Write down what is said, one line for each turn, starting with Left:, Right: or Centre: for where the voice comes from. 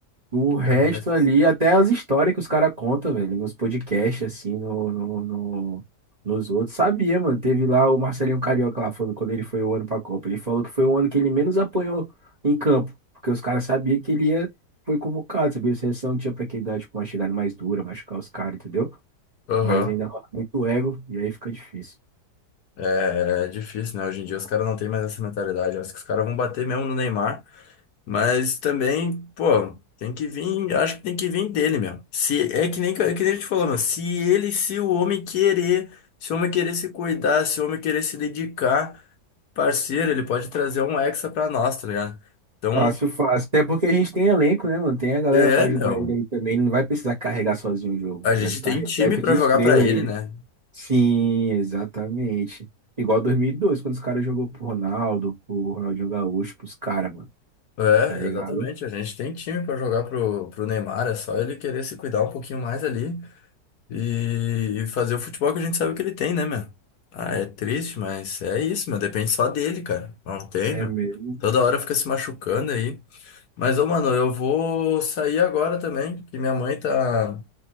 Right: o resto
Left: que Era mais...
Right: ali, até as histórias que os caras contam, velho, nos podcasts, assim, no, no, no- nos outros. Sabia, mano. Teve lá o Marcelinho Carioca lá falando quando ele foi o ano pra Copa. Ele falou que foi o ano que ele menos apanhou em campo, porque os caras sabiam que ele ia, foi convocado, sabia? A seleção tinha pra que dar, tipo, uma chegada mais dura, machucar os caras, entendeu?
Left: Aham.
Right: Mas ainda rola muito ego e aí fica difícil.
Left: É, é difícil, né? Hoje em dia os caras não têm mais essa mentalidade. Acho que os caras vão bater mesmo no Neymar. Mas também, pô, tem que vir. Acho que tem que vir dele mesmo. Se, é que nem, que- é que nem a gente falou, Se ele, se o homem querer, se o homem querer se cuidar, se o homem querer se dedicar, parceiro, ele pode trazer um hexa pra nós, tá ligado? Então,
Right: Fácil, fácil. Até porque a gente tem elenco, né, mano? Tem a galera
Left: é,
Right: pra ajudar
Left: meu.
Right: ele aí também. Não vai precisar carregar sozinho o jogo.
Left: A
Right: O Brasil
Left: gente
Right: tá
Left: tem
Right: repleto
Left: time pra
Right: de
Left: jogar
Right: estrela
Left: pra ele,
Right: aí.
Left: né?
Right: Sim, exatamente. Igual dois mil e dois quando os caras jogou pro Ronaldo, pro Ronaldinho Gaúcho, pros caras, mano.
Left: É,
Right: Tá ligado?
Left: exatamente. A gente tem time pra jogar pro, pro Neymar. É só ele querer se cuidar um pouquinho mais ali. E e fazer o futebol que a gente sabe que ele tem, né, meu? Ah, é triste, mas é isso, meu. Depende só dele, cara. Não tem,
Right: É
Left: meu.
Right: mesmo.
Left: Toda hora fica se machucando aí. Mas, ô, mano, eu vou sair agora também, que minha mãe tá